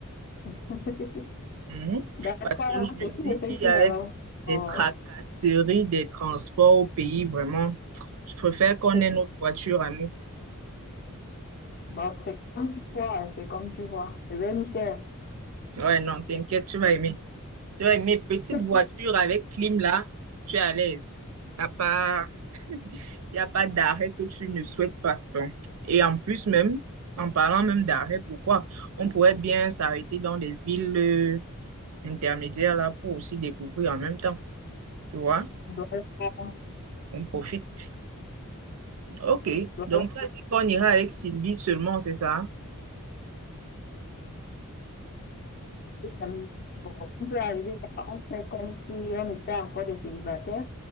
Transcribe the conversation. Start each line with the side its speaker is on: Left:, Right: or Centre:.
Left: <laughs>
Right: Mhm.
Left: D'accord.
Right: Parce que je me
Left: Et tu
Right: dis,
Left: me fais signe
Right: avec
Left: alors.
Right: les
Left: Oh.
Right: tracasseries des transports au pays, vraiment, je préfère qu'on
Left: <laughs>
Right: ait notre voiture à nous.
Left: Bon, c'est comme tu vois, c'est comme tu vois. Je vais m'y faire.
Right: Ouais, non, t'inquiète, tu vas aimer. Tu vas aimer. Petite
Left: <laughs>
Right: voiture avec clim là, tu es à l'aise. T'as pas, il n'y a pas d'arrêt que tu ne souhaites pas. Donc. Et en plus même, en parlant même d'arrêt, pourquoi? On pourrait bien s'arrêter dans des villes euh, intermédiaires là pour aussi découvrir en même temps. Tu vois?
Left: Voilà.
Right: On profite. OK.
Left: Voilà.
Right: Donc, tu as dit qu'on ira avec Sylvie seulement, c'est ça?
Left: Et ça bon, on peut arriver là, on fait comme si on était encore des célibataires.